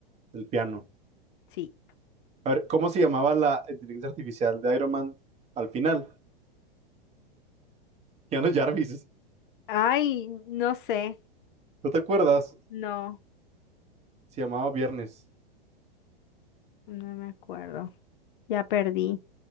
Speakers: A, on the right; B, on the left.
A: el piano.
B: Sí.
A: A ver, ¿cómo se llamaba la inteligencia artificial de Iron Man al final? Keanu Jarvis.
B: Ay, no sé.
A: ¿No te acuerdas?
B: No,
A: Se llamaba Viernes.
B: no me acuerdo. Ya perdí.